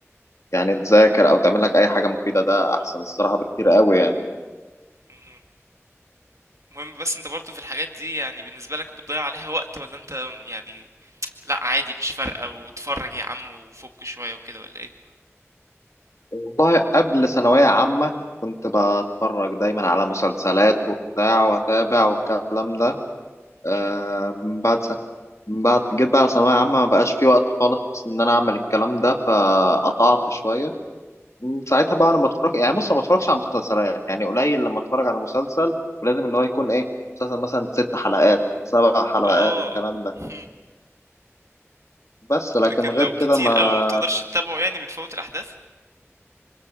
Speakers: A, on the left (about 80°); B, on the right (about 80°).
A: يعني تذاكر او تعمل لك اي حاجة مفيدة ده احسن الصراحة بكتير قوي يعني
B: مهم. المهم بس انت برضو في الحاجات دي يعني بالنسبة لك بتضيع عليها وقت ولا انت يعني لا عادي مش فارقة وتفرج يا عم وفك شوية وكده ولا ايه
A: والله قبل ثانوية عامة كنت بتفرج دايما على مسلسلات وبتاع واتابع والكلام ده آه
B: مم.
A: من بعد سنة من بعد جيت بقى على ثانوية عامة ما بقاش في وقت خالص إن أنا أعمل الكلام ده فقطعت شوية من ساعتها بقى أنا بتفرج يعني بص ما بتفرجش على مسلسلات يعني قليل لما أتفرج على مسلسل ولازم اللي هو يكون إيه مسلسل مثلا ست حلقات سبع حلقات
B: اه
A: الكلام ده
B: مم.
A: بس لكن
B: لكن
A: غير
B: لو كتير
A: كده ما
B: قوي ما بتقدرش تتابعه يعني بتفوت الاحداث